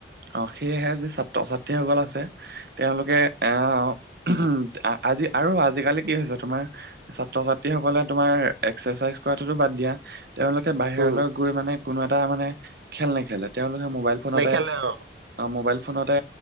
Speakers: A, on the right; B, on the right.
A: অ সেয়েহে যি ছাত্ৰ ছাত্ৰীসকল আছে। তেওঁলোকে আহ উ আজি আৰু আজিকালি কি হৈছে তোমাৰ- ছাত্ৰ ছাত্ৰী সকলে তোমাৰ এক্সাৰচাইজ কৰাটোতো বাদ দিয়া। তেওঁলোকে বাহিৰলৈ
B: উম
A: গৈ মানে কোনো এটা মানে খেল নেখেলে তেওঁলোকে মোবাইল ফোনতে-
B: নেখেলে অ
A: অ মোবাইল- ফোনতে